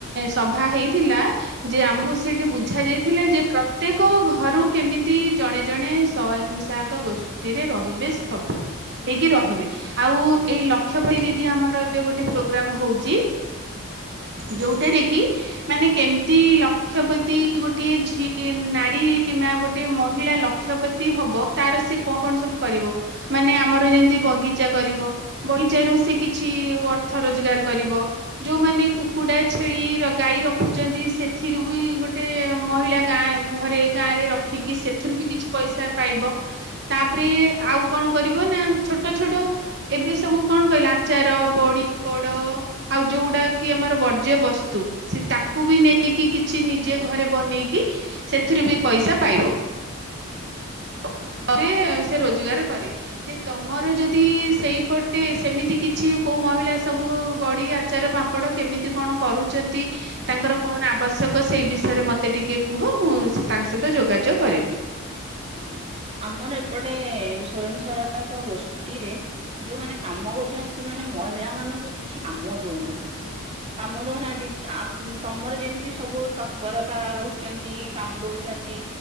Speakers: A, on the right; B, on the right.
A: ସଭା ହେଇଥିଲା ଯେ ଆମକୁ ସେଠି ବୁଝା ଯାଇଥିଲା ଯେ ପ୍ରତ୍ୟେକ ଘରୁ କେମିତି ଜଣେ ଜଣେ ସୋୟମ ସହାୟକ ଗୋଷ୍ଠୀରେ ରହିବେ ସଭ୍ୟ ହେଇକି ରହିବେ। ଆଉ
B: ହୁଁ
A: ଏଇ ଲକ୍ଷ୍ୟ ଭ
B: ହୁଁ
A: ଦିଦି ଆମର ଏବେ ଗୋଟେ ପ୍ରୋଗ୍ରାମ ହଉଛି।
B: ହୁଁ
A: ଯୋଉଟାରେ କି? ମାନେ କେମିତି ଲକ୍ଷପତି ଗୋଟିଏ ଝିଅ ନାରୀ ମା ଗୋଟଏ ମହିଳା ଲକ୍ଷପତି ହବ ତାର ସେ କଣ କଣ ସବୁ କରିବ ମାନେ ଆମର ଯେମତି ବଗିଚା କରିବ, ବଗିଚ ର ସେ କିଛି ଅର୍ଥ ରୋଜଗାର କରିବ, ଯୋଉମାନେ କୁକୁଡା ଛେଳି ଗାଈ ରଖୁଛନ୍ତି। ସେଥିରୁ ବି ଗୋଟେ ମହିଳା ଗାଁ ଘରେ ଗାଁ ରେ ରଖିକି ସେଥିରୁ ବି କିଛି ପଇସା ପାଇବ, ତାପରେ ଆଉ କଣ କରିବ ନା ଛୋଟ ଛୋଟ ଏବେ ସବୁ କଣ କହିଲେ, ଆଚାର ବଡିପଡ ଆଉ ଯୋଉଗୁଡା କି ଆମର ବର୍ଜ୍ୟ ବସ୍ତୁ ସେ ତାକୁ ବି ନେଇକି କି କିଛି ନିଜେ
B: ହ୍ୟାଲୋ
A: ଘରେ ବନେଇକି ସେଥିରୁ ବି ପଇସା ପାଇବ। ହ ହ। ସେ ରୋଜଗାର କରେ ଯେ ତମର ଯଦି ସେଇପଟେ ସେମିତି କିଛି କୋଉ ମହିଳା ସବୁ ବଡି ଆଚାର ପାମ୍ପଡ଼ କେମିତି କଣ କରୁଛନ୍ତି? ତାଙ୍କର କଣ ଆବଶ୍ୟକ ସେଇ ବିଷୟରେ ମୋତେ ଟିକେ କୁହ ମୁଁ ତାଙ୍କ ସହିତ ଯୋଗାଯୋଗ କରିବି।
B: ହଁ ଆମର ଏପଟେ ସ୍ଵୟଂ ସହାୟକ ଗୋଷ୍ଠୀରେ ଯୋଉମାନୋନ କାମ କରୁଛନ୍ତି। ସେମାନେ ମହିଳା ମାନଙ୍କୁ କିଛି କାମ ଦଉନାହାନ୍ତି କାମ ଦଉନାହାନ୍ତି ତମର ଯେମିତି ସବୁ ତତ୍ପରତା ରହୁଛନ୍ତି କାମ ଦଉଛନ୍ତି।